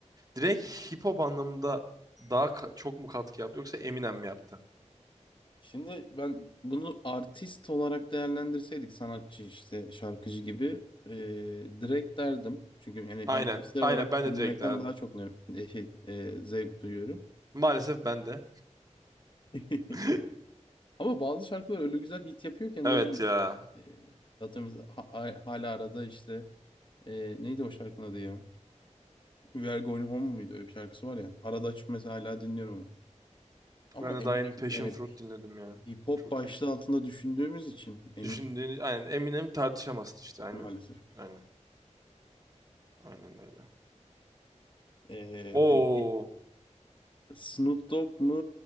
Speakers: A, on the right; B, on the left.
A: Drake hip hop anlamında daha ka- çok mu katkı yaptı yoksa Eminem mi yaptı?
B: Şimdi ben bunu artist olarak değerlendirseydik sanatçı işte şarkıcı gibi e, Drake derdim. Çünkü yani
A: Aynen.
B: ben kişisel
A: Aynen
B: olarak
A: ben de
B: dinlemekten
A: Drake derdim.
B: daha çok ne, e, şey, e, zevk duyuyorum.
A: Maalesef ben de.
B: <laughs>
A: <laughs>
B: Ama bazı şarkılar öyle güzel hit yapıyorken
A: Evet
B: ne bileyim.
A: ya.
B: E, atıyorum mesela ha- ha- hala arada işte e, neydi o şarkının adı ya? We Are Going Home muydu? Öyle bir şarkısı var ya. Arada açıp mesela hala dinliyorum onu. Ama
A: Ben
B: eminim
A: de daha yeni Passion
B: yani
A: Fruit dinledim ya.
B: hip hop
A: Çok
B: başlığı
A: iyi.
B: altında düşündüğümüz için
A: Düşündüğünü aynen Eminem tartışamazsın işte aynen.
B: Maalesef.
A: Aynen. Aynen öyle.
B: Ee,
A: Oo.
B: peki Snoop Dogg mu?